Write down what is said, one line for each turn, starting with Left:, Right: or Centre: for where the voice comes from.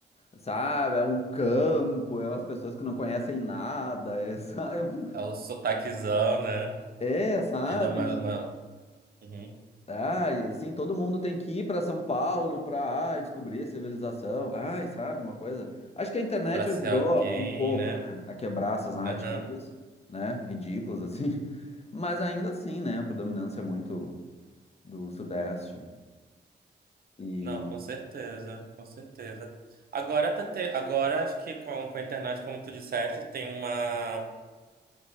Left: Sabe, é um campo, é umas pessoas que não conhecem nada, é, <laughs> sabe, É um-
Right: É o sotaquezão, né?
Left: é, sabe?
Right: Ele dá uma, uma- Uhum.
Left: Ai, assim, todo mundo tem que ir para São Paulo para, ai, descobrir a civilização. Ai, sabe, uma coisa. Acho que a internet
Right: Para ser
Left: ajudou
Right: alguém,
Left: um pouco,
Right: né?
Left: né, a quebrar essas narrativas,
Right: Aham.
Left: né, ridículas assim. <laughs> Mas ainda assim, né, a predominância é muito do Sudeste. E
Right: Não, com certeza, com certeza. Agora tá te... agora acho que com, com a internet, como tu disseste, tem uma